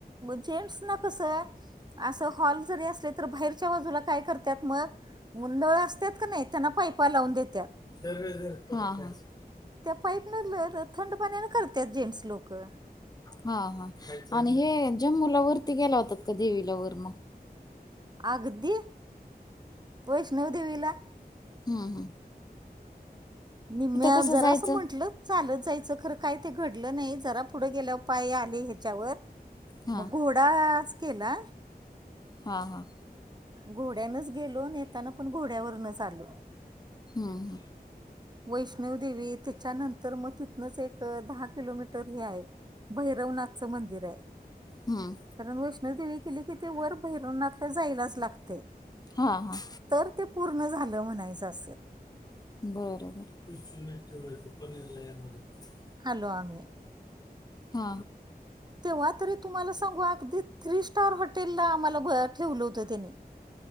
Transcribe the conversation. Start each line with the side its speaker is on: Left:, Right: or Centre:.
Right: जेंन्ट्स ना कसं असं हॉल जरी असले, तर बाहेरच्या बाजूला काय करत्यात मग मु नळ असत्यात का नाही, त्यांना पाईपा लावून देत्यात.
Left: <unintelligible> हा, हा.
Right: त्या पाईपनं थंड पाण्यानं करत्यात जेंट्स लोकं.
Left: हा, हा, आणि हे जम्मूला वरती गेला होतात का देवीला वर मग?
Right: अगदी वैष्णवी देवीला.
Left: हं, हं.
Right: निम्म्या
Left: कसं
Right: जरासं
Left: जायचं
Right: म्हंटल चालत जायचं खरं काय ते घडलं नाही, जरा पुढं गेल्यावर पाय आले ह्याच्यावर
Left: हा
Right: मग घोडाआच केला.
Left: हां, हां.
Right: घोड्यानच गेलो अन् येताना पण घोड्यावरनच आलो.
Left: हूं..
Right: वैष्णव देवी त्याच्यानंतर मग तिथनच एक दहा किलोमीटर हे आहे, भैरवनाथचं मंदिर आहे.
Left: हम्म
Right: कारण वैष्णोदेवी केली की ते, वर भैरवनाथला जायलाच लागतंय.
Left: हां, हां.
Right: तर ते पूर्ण झालं म्हणायचं असं.
Left: बरं-बरं.
Right: हालो आम्हीं.
Left: हा
Right: तेव्हा तरी तुम्हांला सांगू अगदी थ्री स्टार हॉटेल ला आम्हांला ठेवलं होतं त्यांनी.